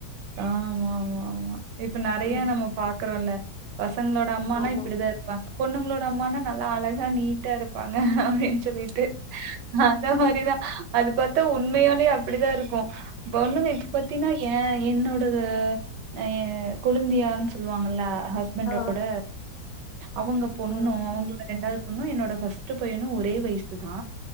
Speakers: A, on the right (about 80°); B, on the left (about 70°).
A: ஆ ஆமா ஆமா ஆமா இப்ப நெறையா
B: ம்
A: நம்ம பாத் குறோல பசங் சங்களோட அம்மான்னா
B: ஆமா
A: இப்படி தா இருப்பாங்க பொண்ணுங்களோ ட அம்மான்னா நல்லா அழகா நீட்டா இருப்பாங்க ன் சொல்லிட்டு அந்த மாரி தா அது பாத் தா உண்மையாலே அ ப்டி தா இருக்கும் பொண்ணுக இப்டி பாத்தீன்னா ஏ என்னோடது <unintelligible> கொளுந்தியான் சொல்வாங்கல்ல ஹஸ்பண்டோட
B: ஆ
A: அவங்க பொண்ணு
B: ஆ
A: அவங்களோட ரெண்டாவ் பொண்ணு என்னோட ஃபஸ்ட்டு பையனு ஒரே வயசு தா